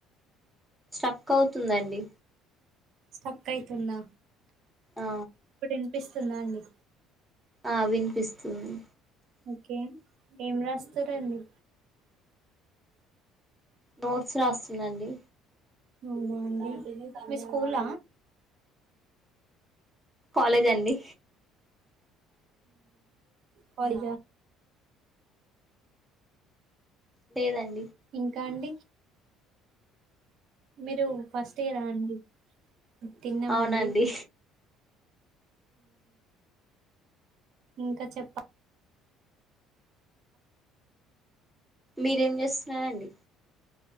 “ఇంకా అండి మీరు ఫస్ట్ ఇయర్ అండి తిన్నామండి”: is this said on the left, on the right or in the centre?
Right